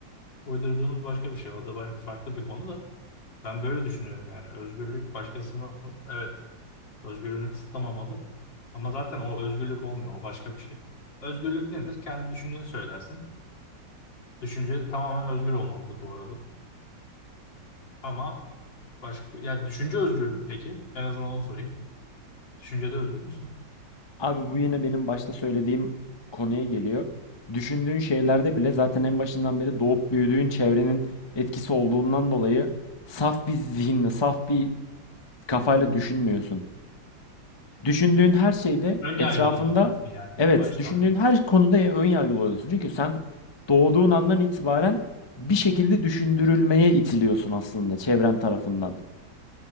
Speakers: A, on the left; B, on the left.
A: uydurduğumuz başka bir şey. O da ba- farklı bir konu da. Ben böyle düşünüyorum yani. Özgürlük başkasının evet özgürlüğünü kısıtlamamalı. Ama zaten o özgürlük olmuyor. O başka bir şey. Özgürlük nedir? Kendi düşünceni söylersin. Düşünce tamamen özgür olmalıdır bu arada. Ama başka ya düşünce özgür mü peki? En azından onu sorayım. Düşüncede özgür müsün?
B: Abi bu yine benim başta söylediğim konuya geliyor. Düşündüğün şeylerde bile zaten en başından beri doğup büyüdüğün çevrenin etkisi olduğundan dolayı saf bir zihinle, saf bir kafayla düşünmüyorsun. Düşündüğün her şeyde
A: Ön
B: etrafında
A: yargılı mı oluyorsun yani
B: evet,
A: baştan?
B: düşündüğün her konuda ön yargılı oluyorsun. Çünkü sen doğduğun andan itibaren bir şekilde düşündürülmeye itiliyorsun aslında çevren tarafından.